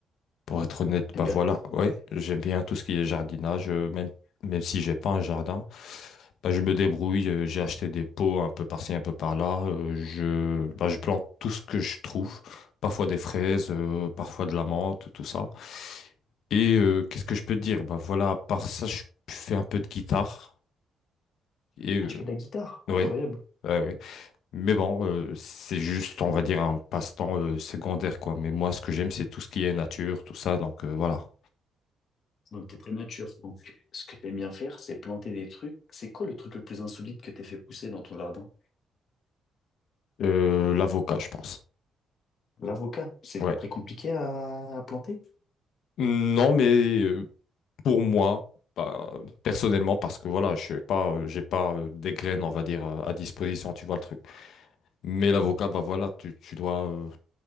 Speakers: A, on the left; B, on the left.
A: Pour être honnête,
B: T'aimes
A: bah
B: bien...
A: voilà, ouais, j'aime bien tout ce qui est jardinage, euh, même, même si j'ai pas un jardin, bah je me débrouille, euh, j'ai acheté des pots un peu par-ci, un peu par-là, euh, je, bah je plante tout ce que je trouve, parfois des fraises, euh, parfois de la menthe, tout ça. Et euh, qu'est-ce que je peux te dire? Bah voilà, à part ça, je fais un peu de guitare, et euh,
B: Ah, tu fais de la guitare, incroyable.
A: ouais, ouais, ouais. Mais bon, euh, c'est juste, on va dire, un passe-temps euh, secondaire, quoi. Mais moi, ce que j'aime, c'est tout ce qui est nature, tout ça, donc euh, voilà.
B: Donc, t'es très nature. Donc, ce que t'aimes bien faire, c'est planter des trucs. C'est quoi le truc le plus insolite que t'aies fait pousser dans ton jardin?
A: Euh, l'avocat, je pense.
B: L'avocat, c'est
A: Ouais.
B: très compliqué à, à planter.
A: Non, mais euh, pour moi, bah, personnellement, parce que voilà, je sais pas, euh, j'ai pas euh, des graines, on va dire, euh, à disposition, tu vois le truc. Mais l'avocat, bah voilà, tu, tu dois, euh,